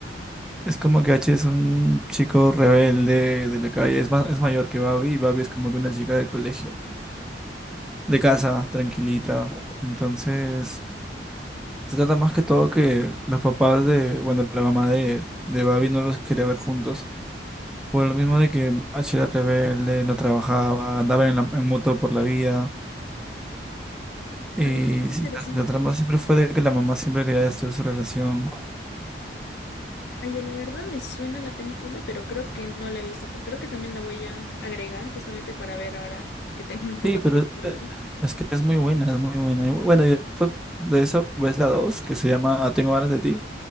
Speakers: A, in the centre; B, on the left.
A: es como que H es un chico rebelde de la calle, es, más es mayor que Babi y Babi es como que una chica de colegio, de casa, tranquilita. Entonces, se trata más que todo que los papás de, bueno, la mamá de, de Babi no los quería ver juntos, por lo mismo de que H era rebelde, no trabajaba, andaba en, la- en moto por la vida. Y
B: Ay, no, qué interesante.
A: la, la trama siempre fue de que la mamá siempre quería destruir su relación.
B: Oye, la verdad me suena la película, pero creo que no la he visto. Te- Creo que también la voy a agregar justamente para ver ahora que tengo un poco
A: Sí,
B: de
A: pero
B: tiempo libre.
A: eh, es que es muy buena, es muy buena. Y bueno, y después de eso ves la 2 que se llama Ah, Tengo ganas de ti,